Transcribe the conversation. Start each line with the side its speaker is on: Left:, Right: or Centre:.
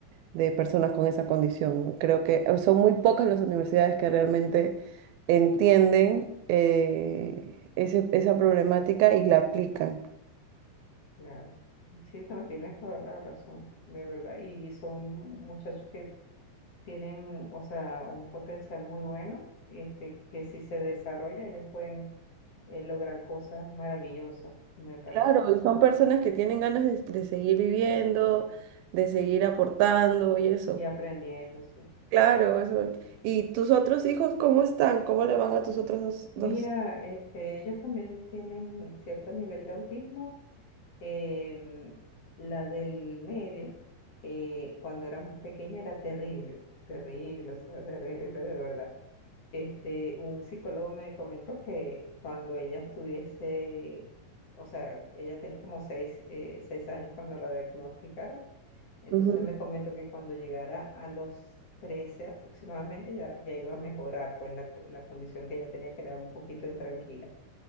Right: de personas con esa condición. ¿no? Creo que son muy pocas las universidades que realmente entienden eh, ese- esa problemática y la aplican.
Left: claro. Sí, no, tienes toda la razón, de verdad. Y son muchachos que tienen, o sea, un potencial muy bueno, este, que si se desarrolla, ellos pueden eh, lograr cosas maravillosas, me parece,
Right: Claro, y son personas que tienen ganas de, de seguir viviendo, de seguir aportando y eso.
Left: y aprendiendo, sí.
Right: Claro, eso. ¿Y tus otros hijos cómo están? ¿Cómo le van a tus otros dos?
Left: Mira,
Right: dos?
Left: este, ellos también tienen cierto nivel de autismo. em, la del medio, eh, cuando era pequeña, era terrible, terrible, o sea, terrible de verdad Este, un psicólogo me comentó que cuando ella estuviese, o sea, ella tenía como seis, eh, seis años cuando la diagnosticaron, entonces
Right: Ujú,
Left: me comentó que cuando llegara a los 13 aproximadamente ya, ya iba a mejorar, pues la, co- la condición que ella tenía que era un poquito intranquila.